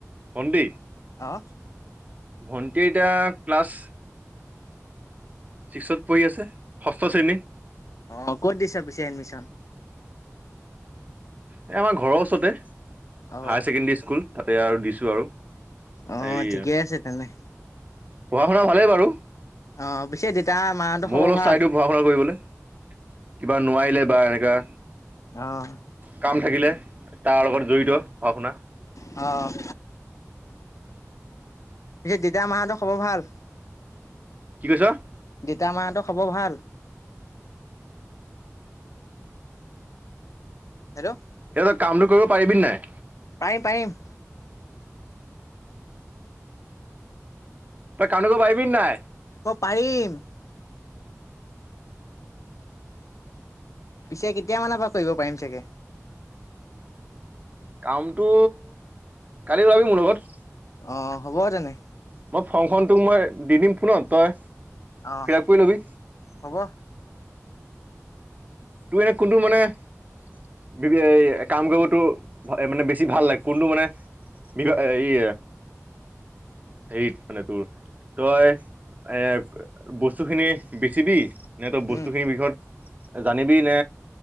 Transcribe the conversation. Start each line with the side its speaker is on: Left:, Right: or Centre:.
Right: অন্দি
Left: অ'
Right: ভণ্টি এতিয়া ক্লাছ ছিক্সত পৰিঢ়ি আছে ষষ্ঠ শ্ৰেণী
Left: অ 'ক'ত দিছ পিছে এডমিশন
Right: এ আমাৰ ঘৰৰ ওচৰতে হায়াৰ
Left: অ
Right: ছেকেণ্ডৰী স্কুল তাতে আৰু দিছো আৰু
Left: অ
Right: এই
Left: ঠিকে আছে তেনে
Right: পঢ়া শুনা ভালেই বাৰু
Left: অ পিছে দেউতা মাহঁতৰ
Right: ময়ও
Left: খবৰ
Right: অলপ
Left: ভাল
Right: চাই দিওঁ পঢ়া শুনা কৰিবলৈ কিবা নোৱাৰিলে বা এনেকা
Left: আহ।
Right: কাম থাকিলে তাৰ লগত জড়িত পঢ়া শুনা।
Left: অ' পিছে দেতা মাহতো খবৰ ভাল।
Right: কি কৈছ।
Left: তা মাহতটো খাব ভাল। হেল্ল'
Right: এই কামটো কৰিব পাৰিবি নাই
Left: পাৰিম পাৰিম
Right: তই <inaudible> পাৰিবি নাই
Left: অ পাৰিম পিছে কেতিয়া মানৰ পৰা কৰিব পাৰিম চাগে।
Right: কামটো কালি ওলাবি মোৰ লগত।
Left: অ হ'ব তেনে।
Right: মই ফংখন তোক মই দি দিম ফোনত তই
Left: অ'
Right: ফিল আপ কৰি ল'বি
Left: হ'ব
Right: তোৰ এনে কোনটো মানে। এ কাম কৰিবতো মানে বেছি ভাল লাগে কোনটো মানে এই সেইত মানে তোৰ। তই এ বস্তু খিনি বেচিব নে তই বস্তুখিনিৰ
Left: উম
Right: বিষয়ত জানিবি নে